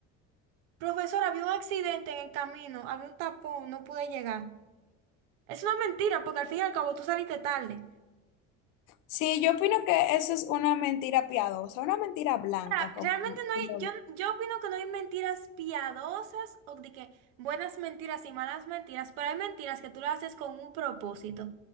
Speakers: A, on the right; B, on the left.
A: profesor, había un accidente en el camino, había un tapón, no pude llegar. Es una mentira, porque al fin y al cabo tú saliste tarde.
B: Sí, yo opino que eso es una mentira piadosa, una mentira blanca,
A: Ahora,
B: como,
A: realmente no hay,
B: como-
A: yo, yo opino que no hay mentiras piadosas o de que buenas mentiras y malas mentiras, pero hay mentiras que tú las haces con un propósito.